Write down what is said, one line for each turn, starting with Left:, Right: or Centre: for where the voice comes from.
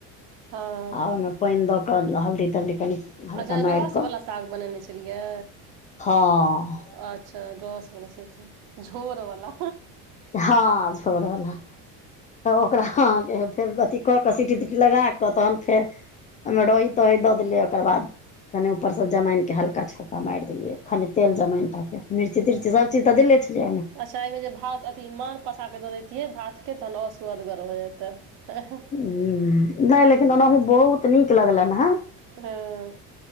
Right: हँ
Left: आ ओहि मे। पैइन दऽ कऽ हल्दी तल्दी कनि। हल्का
Right: अच्छा
Left: मारि
Right: रस
Left: कऽ
Right: वला साग बनेने छेलियै।
Left: हँ
Right: अच्छा रस वला स <unintelligible> झोर वला
Left: हं झोर वला। तऽ ओकरा हाँ? के फेर अथि कऽ कऽ सीटी तिटी लगा कऽ तखन फेर। ओहि मे रही तही दऽ देलियै ओकर बाद कनि ऊपर स जमाइन। के हल्का छोंका मारि देलियै खाली तेल जमाइनटा के मिर्ची तिरची सबचीज तऽ देले छलियै ओइ मे।
Right: अच्छा एहि मे जे भात अथी माँड़ पसा कऽ दऽ देैतियै भातके तहन आओर सु्वद गर भ जेतै। हँ
Left: हूं नहि लेकिन ओनाहु बहुत नीक लगलनि हें।
Right: हं।